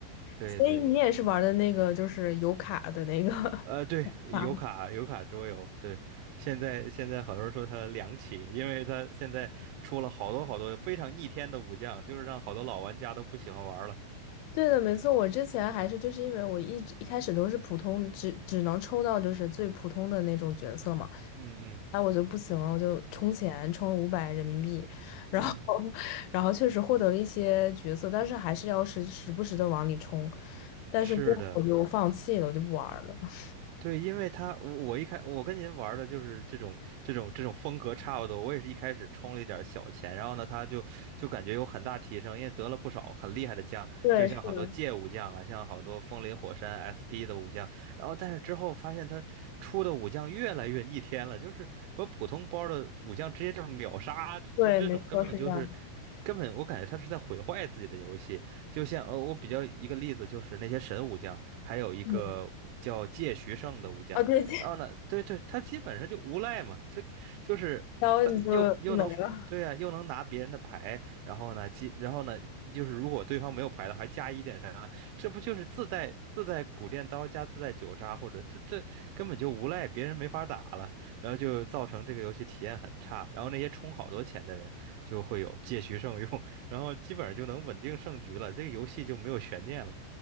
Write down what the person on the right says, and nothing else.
对对。
呃，对，
油卡油卡桌游，对，现在现在好多人说它凉起，因为它现在出了好多好多非常逆天的武将，就是让好多老玩家都不喜欢玩了。
嗯嗯
嗯，
是的。
对，因为他我我一开我跟您玩儿的就是这种这种这种风格差不多，我也是一开始充了一点儿小钱，然后呢，他就就感觉有很大提升，因为得了不少很厉害的将，
就像好多界武将啊，
像好多风林火山 SP 的武将，然后但是之后发现他出的武将越来越逆天了，就是把普通包的武将直接就秒杀，
这这种根本就是。
根本我感觉他是在毁坏自己的游戏，就像呃，我比较一个例子就是那些神武将，还有一个叫借徐胜的武将。
然后呢，对对，他基本上就无赖嘛，这就是他又又能对啊，
又能拿别人的牌，然后呢，基然后呢，就是如果对方没有牌的话，还加一点伤害，这不就是自带自带古电刀加自带九杀，或者这这根本就无赖，别人没法打了，然后就造成这个游戏体验很差，然后那些充好多钱的人就会有借徐胜用，<laughs> 然后基本上就能稳定胜局了，这个游戏就没有悬念了。